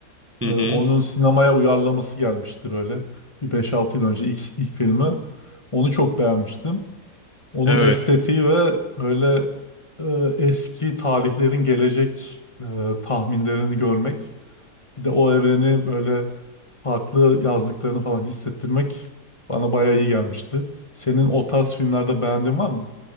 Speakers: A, on the right; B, on the left.
A: Hı
B: Ee, onun
A: hı.
B: sinemaya uyarlaması gelmişti böyle. Bir beş altı yıl önce ilk, ilk filmi. Onu çok beğenmiştim. Onun
A: Evet.
B: estetiği ve böyle e, eski tarihlerin gelecek e, tahminlerini görmek Bir de o evreni böyle farklı yazdıklarını falan hissettirmek bana bayağı iyi gelmişti. Senin o tarz filmlerde beğendiğin var mı?